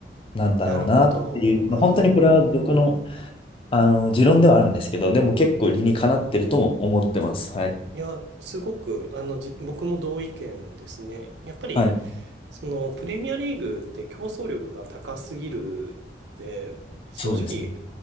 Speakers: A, on the left (about 30°); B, on the right (about 80°).
A: なんだろうなっていう、
B: なるほど。
A: まあ、
B: ああ。
A: 本当にこれは僕の、あの、持論ではあるんですけど、でも結構理にかなってるとも思ってます。はい。
B: いや、すごく、あの、じ、僕も同意見ですね。やっぱり、
A: はい。
B: その、プレミアリーグって競争力が高すぎるので、正直、
A: そうですね。